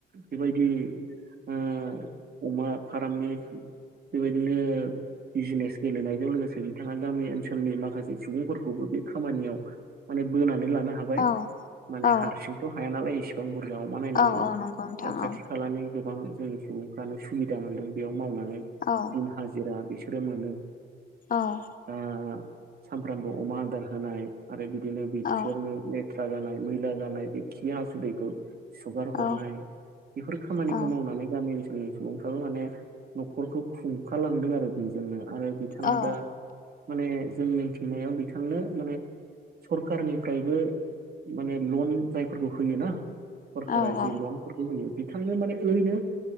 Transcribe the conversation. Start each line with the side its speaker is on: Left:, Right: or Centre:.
Right: बेबायदि ओ अमा फारामनि बेबायदिनो बिजिनेस गेलेनायजों लोगोसे बिथाङा गामि ओनसोलनि माखासे सुबुंफोरखौबो बे खामानियाव माने बोना लानो हाबाय
Left: औ औ
Right: हारसिंथ' हाया नालाय एसेबां गोजाव बानायनांगौ
Left: औ औ नंगौ नोंथां
Right: दा खाथि
Left: औ
Right: खालानि गोबां जोंनि सुबुंफ्रानो सुबिदा मोनदों बेयाव मावनानै
Left: औ
Right: दिन हाजिरा बिसोरो मोनो
Left: औ
Right: दा सानफ्रामबो अमा आदार होनाय आरो बिदिनो बिसोरनि
Left: औ
Right: ले थ्रा जानाय मैला जानाय बेखि हासुदैखौ सुगार हरनाय
Left: औ
Right: बेफोर खामानिखौ
Left: औ
Right: मावनानै गामि ओनसोल नि जोंनि सुबुंफ्राबो माने न'खरखौ खुंखालांदों आरो बेजोंनो आरो बिथाङा
Left: औ
Right: दा माने जों मिथिनायाव बिथांनो माने सरखारारनिफ्रायबो माने लन जायफोरखौ होयोना सरकारा
Left: औ
Right: जि
Left: औ
Right: लनफोरखौ होयो बिथांनो माने ओरैनो